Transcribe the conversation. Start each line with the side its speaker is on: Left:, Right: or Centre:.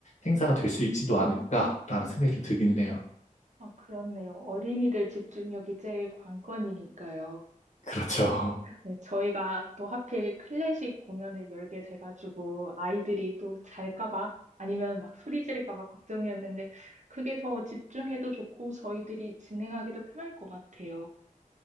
Left: 행사가 될 수 있지도 않을까라는 생각이 좀 들기는 해요.
Right: 아, 그렇네요. 어린이들 집중력이 제일 관건이니까요.
Left: 그렇죠. <laughs>
Right: 네, 저희가 또 하필 클래식 공연을 열게 돼가지고 아이들이 또 잘까봐 아니면 막 소리 지를까봐 걱정이었는데 그게 더 집중해도 좋고 저희들이 진행하기도 편할 것 같아요.